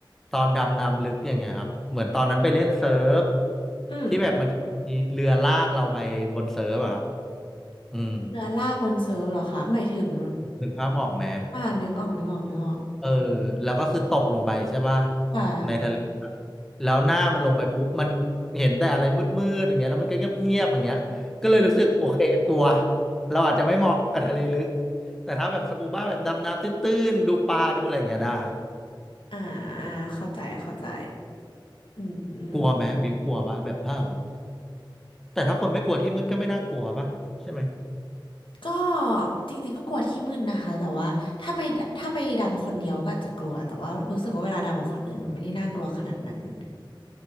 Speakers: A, in the centre; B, on the left.
A: ตอนดำน้ำลึกอย่างเงี้ยครับเหมือนตอนนั้นไปเล่นเซิร์ฟ
B: อืม
A: ที่แบบมันจะมีเรือลากเราไปบนเซิร์ฟอะครับอืม
B: เรือลากบนเซิร์ฟเหรอคะหมายถึง
A: นึกภาพออกไหม
B: อ่านึกออกนึกออกนึกออก
A: เออแล้วก็คือตกลงไปใช่ป่ะ
B: ค่ะ
A: ในทะเลอะแล้วหน้ามันลงไปปุ๊บมันเห็นแต่อะไรมืดๆอย่างเงี้ยแล้วมันก็เงียบๆอย่างเงี้ยก็เลยรู้สึกโอเคกลัวเราอาจจะไม่เหมาะกับทะเลลึกแต่ถ้าแบบสกูบ้าแบบดำน้ำตื้นๆดูปลาดูอะไรอย่างเงี้ยได้
B: อ่าเข้าใจเข้าใจอืมอืม
A: กลัวไหมบิวกลัวป่ะแบบถ้าสมมติแต่ถ้าคนไม่กลัวที่มืดก็ไม่น่ากลัวป่ะใช่ไหม
B: ก็จริงๆก็กลัวที่มืดนะคะแต่ว่าถ้าไปดถ้าไปดำคนเดียวก็อาจจะกลัวแต่ว่ารู้สึกว่าเวลาดำกับคนอื่นมันไม่ได้น่ากลัวขนาดนั้น